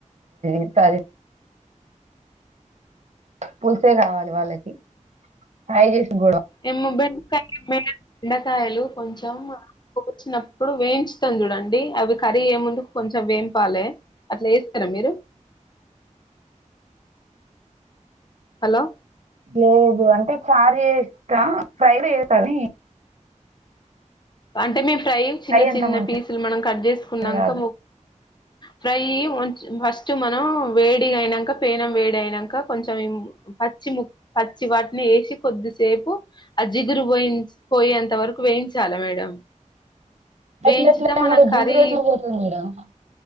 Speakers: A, on the right; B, on the left.
A: ఇట్లా <unintelligible> పుల్సే కావాలి వాళ్ళకి ఫ్రై చేసిన కూడాడవ
B: ఏమ్ బెండకాయలు బెండకాయలు కొంచెం వచ్చినప్పుడు వేయించుతాం చూడండి అవి కర్రీ ఏ ముందుకు కొంచెం వేంపలె అట్లా చేస్తారా మీరు హలో
A: లేదు అంటే చారు చేస్తా ఫ్రైడ్ చేస్తా గాని
B: అంటే మేము ఫ్రై చిన్న
A: అంత
B: చిన్న
A: మంచిగా
B: పీసులు మనం కట్ చేసుకున్నాక
A: రాదు
B: ఫ్రై ఫస్ట్ మనం వేడిగా అయినాక పేనం వేడి అయినాక కొంచెం పచ్చి ముక్కా పచ్చి వాటిని వేసి కొద్దిసేపు ఆ జిగురు పోయి పోయేంత వరకు వేయించాల మేడం
A: ఎట్ల
B: వేయించితే
A: ఎట్లే
B: మనం
A: మరి
B: కర్రీ
A: జీగురు ఎట్లు బోతుంది మడమ్